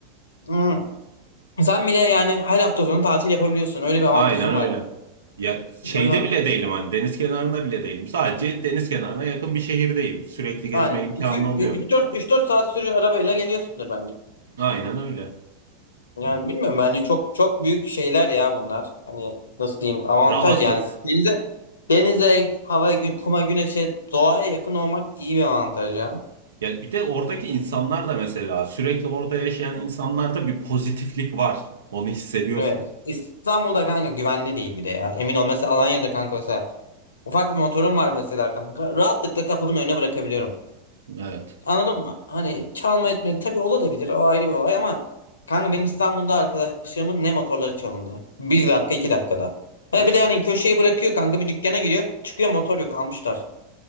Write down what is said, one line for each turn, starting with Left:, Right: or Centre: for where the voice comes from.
Left: Hmm. Sen bile yani her hafta sonu tatil yapabiliyorsun. Öyle bir
Right: Aynen
Left: avantajın
Right: öyle.
Left: var.
Right: Ya şeyde
Left: Böyle
Right: bile değilim hani deniz kenarında bile değilim. Sadece deniz kenarına yakın bir şehirdeyim. Sürekli gezme
Left: aynen
Right: imkanı oluyor.
Left: 3-4 3-4 saat sürüyor arabayla geliyorsundur bence.
Right: Aynen öyle.
Left: Yani bilmiyorum bence çok çok büyük şeyler ya bunlar. Hani nasıl diyeyim avantaj
Right: Rahatlık.
Left: yani denize denize, hava, gü- kuma, güneşe, doğaya yakın olmak iyi bir avantaj ya.
Right: Ya bir de oradaki insanlar da mesela sürekli orada yaşayan insanlarda bir pozitiflik var. Onu hissediyorsun.
Left: Evet. İstanbul'da kanka güvenli değil bir de ya. Emin ol mesela Alanya'da kanka mesela ufak bir motorum var mesela kanka. Rahatlıkla kapının önüne bırakabiliyorum.
Right: Evet.
Left: Anladın mı? Hani çalma etme tabii olabilir o ayrı bir olay ama kanka benim İstanbul'da arkadaşlarımın ne motorları çalındı. Bir dakika iki dakikada. He
Right: İşte.
Left: bir de yani köşeye bırakıyor kanka bir dükkana giriyor çıkıyor motor yok almışlar.